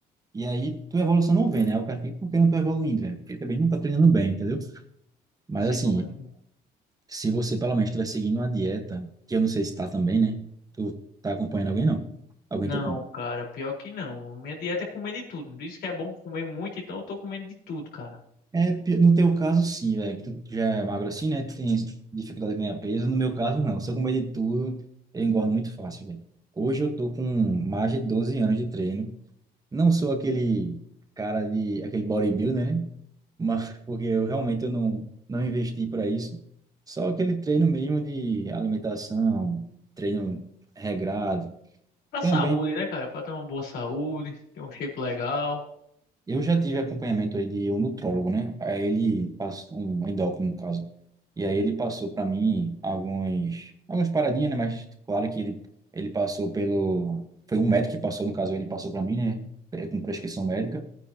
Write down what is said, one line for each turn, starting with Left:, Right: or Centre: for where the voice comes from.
Right: e aí, tua evolução não vem, né? O cara fica, por que não tô evoluindo, velho? Porque também não tá treinando bem, entendeu? Mas
Left: Sei
Right: assim,
Left: como é que é.
Right: se você pelo menos estiver seguindo uma dieta, que eu não sei se tá também, né? Tu tá acompanhando alguém, não? Alguém
Left: Não,
Right: te acompanha?
Left: cara, pior que não. Minha dieta é comer de tudo. Diz que é bom comer muito, então eu tô comendo de tudo, cara.
Right: É, pi- no teu caso, sim, velho. que Tu já é magro assim, né? Tu tem dificuldade de ganhar peso. No meu caso, não. Se eu comer de tudo, eu engordo muito fácil, velho. Hoje eu tô com mais de 12 anos de treino. Não sou aquele cara de... Aquele bodybuilder, né? mas porque eu realmente eu não não investi para isso. Só aquele treino mesmo de alimentação, treino regrado.
Left: Pra
Right: Também
Left: saúde, né, cara? Pra ter uma boa saúde, ter um shape legal.
Right: eu já tive acompanhamento aí de um nutrólogo, né? Aí ele passou um endócrino no caso. E aí ele passou para mim alguns algumas paradinhas, né? Mas claro que ele ele passou pelo foi um médico que passou no caso, ele passou para mim, né? É, Com prescrição médica.